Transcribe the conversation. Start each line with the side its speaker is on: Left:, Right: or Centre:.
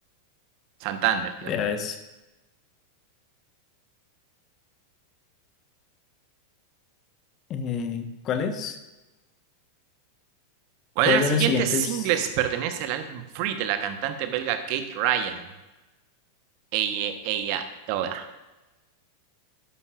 Right: Santander, Dios
Left: Vea
Right: mío.
Left: eso. Eh, ¿cuál es?
Right: ¿Cuál
Left: ¿Cuál
Right: de los
Left: de
Right: siguientes
Left: los siguientes
Right: singles pertenece al álbum Free de la cantante belga Kate Ryan? Ella, ella, toda.